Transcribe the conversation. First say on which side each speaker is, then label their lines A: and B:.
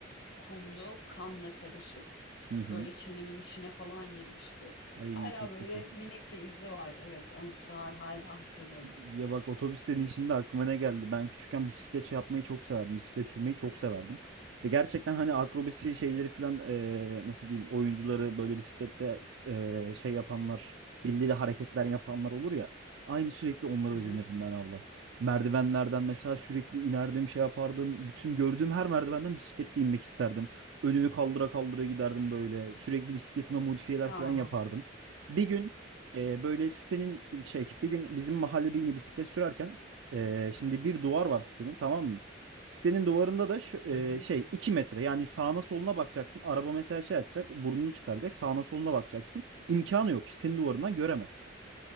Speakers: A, on the left; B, on the right.
A: kumlu, kanla karışık.
B: Hı hı.
A: Böyle çenemin içine falan girmişti.
B: Ay
A: Hala
B: çok
A: böyle
B: kötü.
A: minik bir izi var. Evet, anısı var. Hala hatırlarım.
B: Ya bak otobüs dediğin şimdi aklıma ne geldi? Ben küçükken bisiklet şey yapmayı çok severdim. Bisiklet sürmeyi çok severdim. Ve gerçekten hani akrobasi şeyleri falan eee, nasıl diyeyim oyuncuları böyle bisiklette eee, şey yapanlar dilli de hareketler yapanlar olur ya. Aynı sürekli onlara
A: Hı
B: özenirdim
A: hı.
B: ben abla. Merdivenlerden mesela sürekli inerdim şey yapardım. Bütün gördüğüm her merdivenden bisikletle inmek isterdim. Önünü kaldıra kaldıra giderdim böyle. Sürekli bisikletime modifiyeler
A: Aa.
B: falan yapardım. Bir gün e, böyle sitenin şey bir gün bizim mahallede yine bisiklet sürerken e, şimdi bir duvar var sitenin tamam mı? Sitenin duvarında da şu, e,
A: Hı hı.
B: şey 2 metre yani sağına soluna bakacaksın. Araba mesela şey atacak burnunu çıkaracak sağına soluna bakacaksın. İmkanı yok sitenin duvarından göremez.